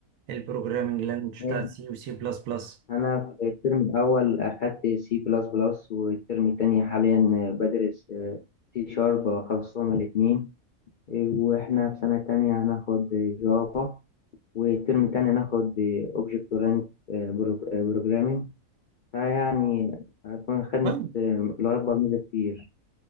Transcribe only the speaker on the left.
إيه،
أنا في الترم الأول أخدت سي بلس بلس والترم التاني حاليا بدرس سي شارب خلصتهم الاتنين وإحنا في سنة تانية هناخد جافا والترم التاني هناخد Object Oriented Programming فيعني هتكون خدت
لغات برمجة كتير